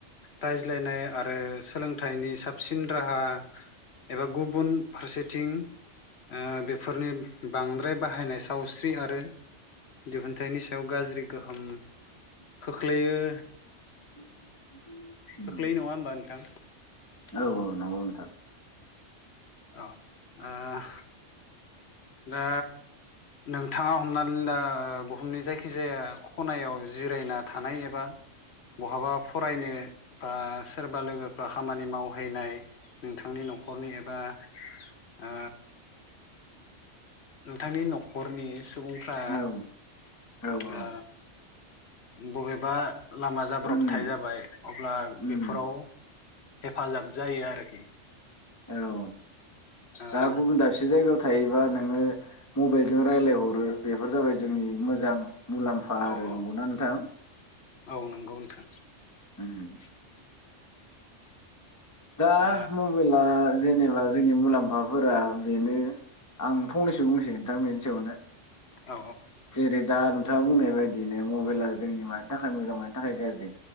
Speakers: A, on the left; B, on the left.
A: रायज्लायनाय आरो सोलोंथाइनि साबसिन राहा एबा गुबुन फारसेथिं ओ बे फोरनि बांद्राय बाहायनाय सावस्रि आरो दिहुनथाइनि सायाव गाज्रि गोहोम खोख्लैयो
B: <inaudible> उम
A: खोख्लैयो नङा होमबा नोंथां?
B: औ औ नंगौ नोंथां।
A: अ ओ दा नोंथाङा हमनानै ला बुहुमनि जायखिजाया खनायाव जिरायना थानाय एबा बहाबा फरायनो बा सोरबा लोगोफ्रा खामानि मावहैनाय नोंथांनि नखरनि एबा ओ नोंथांनि न खरनि सुबुंफ्रा
B: औ औ औ
A: ओ बबेबा लामा जाब्रबथाय
B: उम
A: जाबाय अब्ला
B: उम
A: बेफोराव हे फाजाब जायो आरोखि।
B: औ
A: ओ
B: दा गुबुन दाबसे जायगाव थायोबा नोङो मबाइल जों रायजलायहरो बेफोर जाबाय जोंनि मोजां मुलाम्फा
A: औ
B: आरो
A: औ
B: नंगौना नोंथां?
A: औ नंगौ नोंथां।
B: उम। दा
A: ओ
B: मबाइला जेनेबा जोंनि मुला <unintelligible> फोरा बेनो आं फंनैसो बुंसै नोंथां बेनि सायावनो।
A: औ
B: जेरै दा नोंथाङा बुंनाय बायदिनो मबाइला जोंनि मानि थाखाय मोजां मोनानि थाखाय गाज्रि